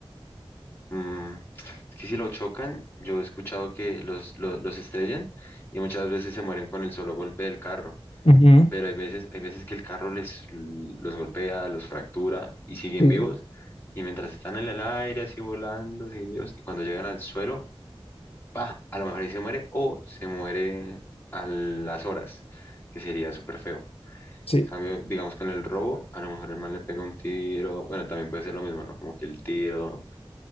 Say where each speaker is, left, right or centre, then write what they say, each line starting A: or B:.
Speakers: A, on the left; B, on the left.
A: Mm, es que si lo chocan, yo he escuchado que los, lo- los estrellan y muchas veces se mueren con el solo golpe del carro.
B: Ujú.
A: pero hay veces, hay veces que el carro les, los golpea, los fractura y siguen
B: Sí,
A: vivos. Y mientras están en el aire, así volando, siguen vivos, y cuando llegan al suelo, pa, a lo mejor ahí se muere o se muere a las horas, que sería súper feo.
B: sí,
A: Cambio, digamos con el robo, a lo mejor el man le pega un tiro, bueno, también puede ser lo mismo, ¿no? Como que el tiro.